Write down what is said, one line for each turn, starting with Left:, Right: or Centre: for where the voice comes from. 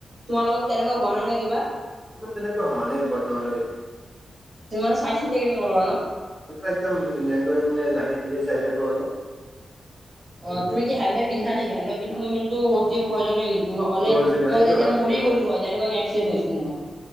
Right: তোমাৰ লগত তেনেকুৱা হোৱা নাই নাই কিবা।
Centre: ইমান তেনেকোৱা হোৱা নাই বৰ্তমানলৈকে
Right: তুমি মানে চাই চিন্তি কিন্তু লোৱা ন
Centre: মানে একদম ধুনীয়াকৈ মানে লাহে ধীৰে যাই থাকো আৰু সেইটো
Right: অ তুমি কি হেলমেট পিন্ধা নেকি হেলমেট পিন্ধাটো কিন্তু অতি প্ৰয়োজনীয় কিন্তু নহ'লে
Centre: প্ৰয়োজনীয়
Right: মই
Centre: সেইটো
Right: তেতিয়া
Centre: হয় সেইটো
Right: মৰি গ'লো হয় যেনেকোৱাকে এক্সিডেণ্ট হৈছিল মোৰ